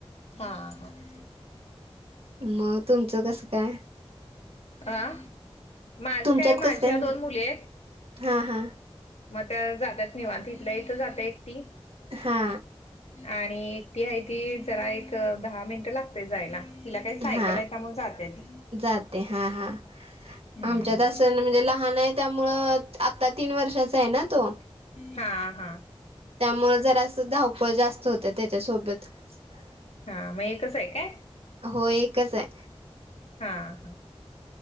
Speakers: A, on the left; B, on the right.
A: हां हां.
B: मग तुमचं कसं काय?
A: अ माझ
B: तुमच्यात
A: काय माझ्या
B: कसं म्हटलं
A: दोन मुली आहेत.
B: हा हा.
A: मग त्या जातात निवांत इथल्या इथं जात्या एकटी.
B: हा.
A: आणि एकटी आहे ती जरा एक दहा मिनटं लागते जायला. तिला काय सायकल
B: हा
A: आहे त्यामुळं जात्या ती,
B: जाते हा हा
A: हम्म.
B: आमच्यात म्हणजे लहान आहे त्यामुळ आता तीन वर्षाचा आहे ना तो.
A: हा हा.
B: त्यामु जरा असं धावपळ जास्त होत त्याच्यासोबत. <unintelligible>
A: हा मग एकच आहे काय?
B: हो एकच आहे.
A: हा हा.